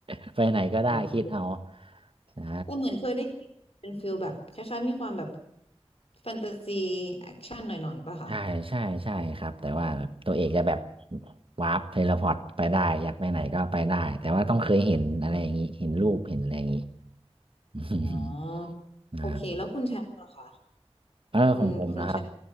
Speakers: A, on the right (about 55°); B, on the left (about 65°).
A: <laughs> ไปไหนก็ได้คิดเอา
B: เดี๋ยวลองดูแ
A: ใช่
B: ต่เหมือนเคยได้ยินเป็นฟิลแบบคล้ายๆมีความแบบแฟนตาซีแอคชั่นหน่อยๆป่ะคะ
A: ใช่ใช่ใช่ครับแต่ว่าแบบตัวเอกจะแบบวาร์ปเทเลพอร์ตไปได้อยากไปไหนก็ไปได้แต่ว่าต้องเคยเห็นอะไรอย่างนี้เห็นรูปเห็นอะไรอย่างนี้ <laughs>
B: อ๋อ
A: อ่า
B: โอเคแล้วคุณแชมป์ล่ะคะ
A: เออของผมนะครับ
B: คุณคุณแชมป์